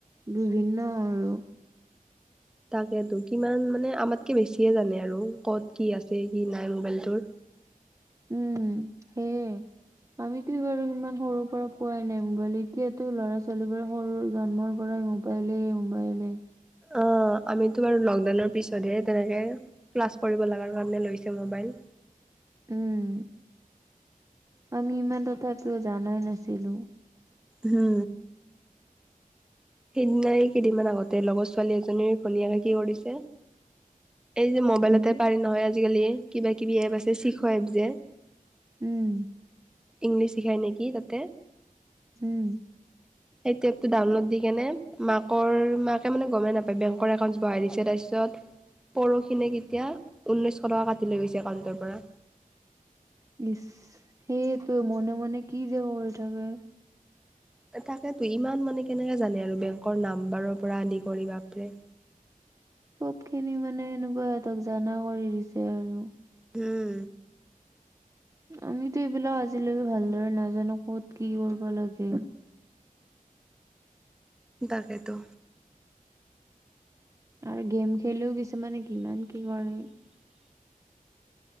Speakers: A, on the right; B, in the centre.
A: বিভিন্ন আৰু
B: তাকেতো কিমান মানে আমাতকে বেছিয়ে জানে আৰু ক'ত কি আছে কি নাই মোবাইলটোৰ
A: উম সেইয়ে
B: <unintelligible>
A: মইতো বাৰু ইমান সৰুৰ পৰা পোৱাই নাই মোবাইল এতিয়াতো ল'ৰা ছোৱালী বোৰ সৰু জন্ম পৰাই মবাই মোবাইলে মোবাইলে
B: অ আমিতো বাৰু লকডাউনৰ পিছতহে তেনেকে ক্লাছ কৰিব লাগাৰ কাৰণে লৈছে মোবাইল
A: উম আমি ইমান তথাপিও জানাই নাছিলো
B: হো সেইদিনাই কেইদিনমান আগতে লগৰ ছোৱালী এজনীৰ ভনীয়েকে কি কৰিছে এই যে মোবাইলতে
A: উম
B: পাৰি নহয় আজিকালি কিবা কিবি এপ আছে চিখ এপ যে
A: উম
B: ইংলিছ শিখাই নেকি তাতে
A: উম
B: সেইটো এপটো ডাউনলোড দি কেনে মাকৰ মাক মানে গমে নাপায় বেংকৰ একাউণ্ট বহাই দিছে তাৰ পিছত পৰখি নে কেতিয়া ঊনৈশ টকা কাটি কাটি লৈ গৈছে একাউণ্টৰ পৰা।
A: ইচ, সেইটোৱে মনে মনে কি যে কৰি থাকে।
B: তা তাকেতো ইমান মানে কেনেকে জানে আৰু বেংকৰ নাম্বাৰৰ পৰা আদি কৰি বাপৰে
A: চব খিনি মানে এনেকুৱা এতক জানা কৰি দিছে আৰু
B: উম
A: আমিতো এইবিলাক আজিলৈকে ভালদৰে নাজানো কত কি কৰিব লাগে
B: দাকেটো
A: আৰু গেম খেলিও কিছুমানে কিমান কি কৰে